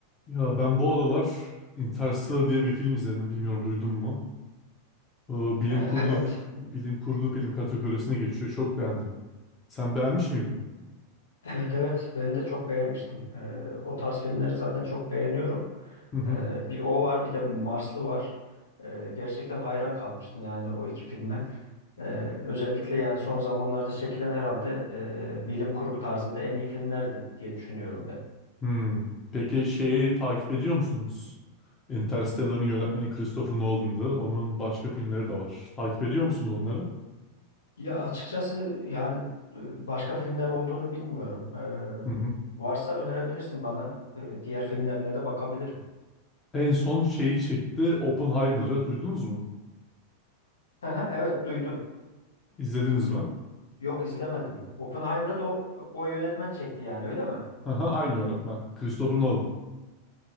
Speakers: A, on the left; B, on the left.
A: Ya ben bu aralar Interstellar diye bir film izledim. Bilmiyorum duydun mu? Ee, bilim
B: E,
A: kurgu
B: Evet. Hı hı.
A: bilim kurgu film kategorisine geçiyor. Çok beğendim. Sen beğenmiş miydin?
B: Evet evet ben de çok beğenmiştim. E, o tarz filmleri zaten çok beğeniyorum.
A: Hı hı.
B: E, bir o var bir de Marslı var. E, gerçekten hayran kalmıştım yani o iki filme. E, özellikle yani son zamanlarda çekilen herhalde e, bilim kurgu tarzında en iyi filmlerdi diye düşünüyorum ben.
A: Hmm. Peki şeyi takip ediyor musunuz? Interstellar'ın yönetmeni Christopher Nolan'dı. Onun başka filmleri de var. Takip ediyor musunuz onları?
B: Ya açıkçası yani e, başka filmler olduğunu bilmiyorum.
A: Hı hı.
B: E, varsa önerebilirsin bana. E, diğer filmlerine de bakabilirim.
A: En son şeyi çekti Oppenheimer'ı. Duydunuz mu?
B: Hı hı, Evet duydum.
A: İzlediniz mi?
B: Yok izlemedim. Oppenheimer'ı da o, o yönetmen çekti yani öyle mi?
A: Aha, aynı yönetmen. Christopher Nolan.